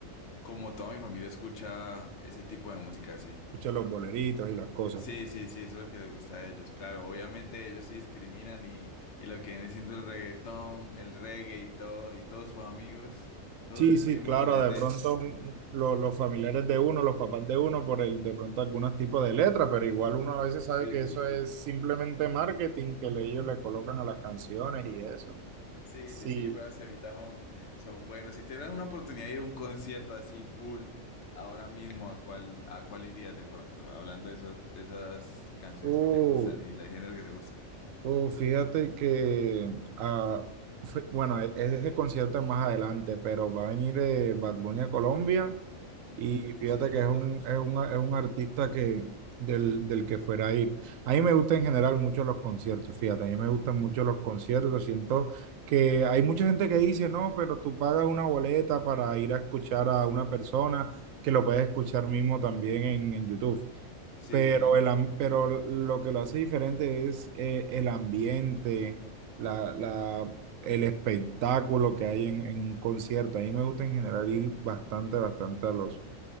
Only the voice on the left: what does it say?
como toda mi familia escucha ese tipo de música así.
Sí, sí, sí, eso es lo que les gusta a ellos. Claro, obviamente ellos sí discriminan y, y lo que viene siendo el reggaetón, el reggae y todo, y todos sus amigos, todos
sus
primos
los detestan.
Sí,
sí,
sí.
Sí,
sí, sí, pero las semitas son, son buenos. Si tuvieras una oportunidad de ir a un concierto así full ahora mismo, ¿a cuál, a cuál irías de pronto? Hablando de eso, de esas canciones
que te gustan y el género que te gusta.
Mm,
sí,
por
ahí escuché.
Ujú.
Sí,
sí, sí.